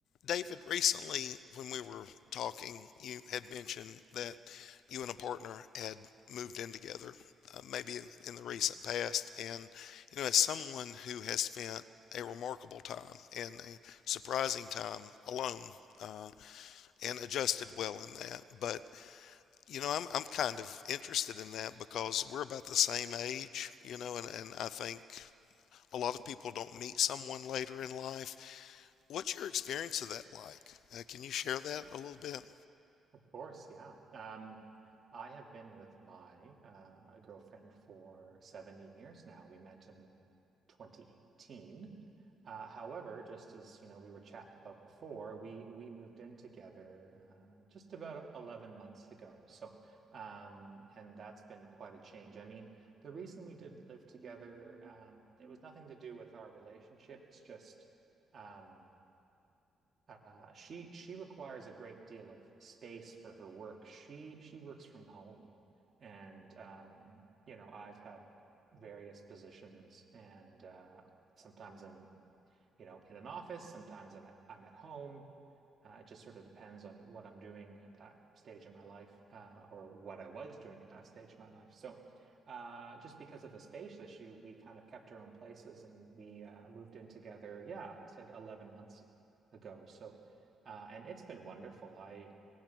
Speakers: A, on the left (about 75°); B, on the right (about 45°).
A: David, recently when we were talking, you had mentioned that you and a partner had moved in together, uh, maybe in, in the recent past. And, you know, as someone who has spent a remarkable time and a surprising time alone, uh, and adjusted well in that. But, you know, I'm, I'm kind of interested in that because we're about the same age, you know, and, and I think a lot of people don't meet someone later in life What's your experience of that like? Uh, can you share that a little bit?
B: Of course, yeah. Um, I have been with my uh, girlfriend for seven years now. We met in 2018. Uh, however, just as you know, we were chatting about before, we we moved in together uh, just about 11 months ago. So, um, and that's been quite a change. I mean, the reason we didn't live together, um, it was nothing to do with our relationship. It's just. Um, uh, she she requires a great deal of space for her work. She she works from home, and um, you know, I've had various positions, and uh, sometimes I'm you know, in an office. Sometimes I'm at, I'm at home. Uh, it just sort of depends on what I'm doing at that stage in my life, uh, or what I was doing at that stage in my life. So, uh, just because of the space issue, we kind of kept our own places and we uh, moved in together. Yeah, I said 11 months ago. So, uh, and it's been wonderful. I,